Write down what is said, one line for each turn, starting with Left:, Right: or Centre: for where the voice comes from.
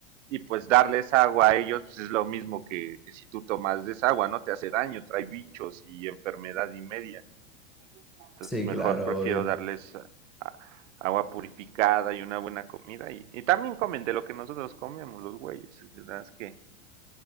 Right: Y pues darles agua a ellos pues, es lo mismo que, que si tú tomas desagua, ¿no? Te hace daño, trae bichos y enfermedad y media. Entonces
Centre: Sí,
Right: mejor
Centre: claro,
Right: prefiero
Centre: obvio.
Right: darles a- a- agua purificada y una buena comida. Y, y también comen de lo que nosotros comemos, los güeyes. Es verdad que,